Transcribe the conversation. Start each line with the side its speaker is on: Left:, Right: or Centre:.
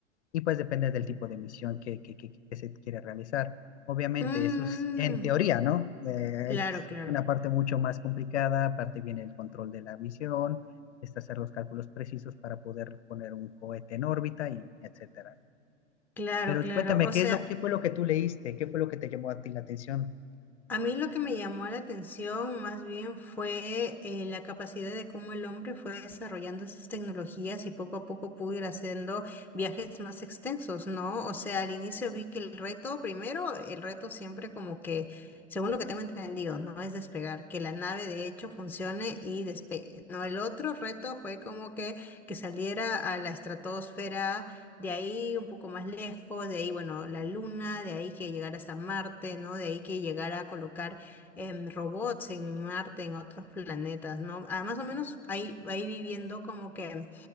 Left: y pues depende del tipo de misión que, que, que, que se quiere realizar. Obviamente,
Centre: mm.
Left: eso es en teoría, ¿no? Eh,
Centre: Claro,
Left: es
Centre: claro,
Left: una parte mucho más complicada, aparte viene el control de la misión, es hacer los cálculos precisos para poder poner un cohete en órbita y etcétera.
Centre: claro,
Left: Pero
Centre: claro.
Left: cuéntame,
Centre: O
Left: ¿qué
Centre: sea,
Left: es lo qué fue lo que tú leíste? ¿Qué fue lo que te llamó a ti la atención?
Centre: A mí lo que me llamó la atención más bien fue eh, la capacidad de cómo el hombre fue desarrollando esas tecnologías y poco a poco pudo ir haciendo viajes más extensos, ¿no? O sea, al inicio vi que el reto, primero, el reto siempre como que, según lo que tengo entendido, no es despegar, que la nave de hecho funcione y despegue, ¿no? El otro reto fue como que, que saliera a la estratosfera de ahí un poco más lejos, de ahí, bueno, la Luna, de ahí que llegara hasta Marte, ¿no? De ahí que llegara a colocar em, robots en Marte, en otros planetas, ¿no? Ah, más o menos ahí, ahí viviendo como que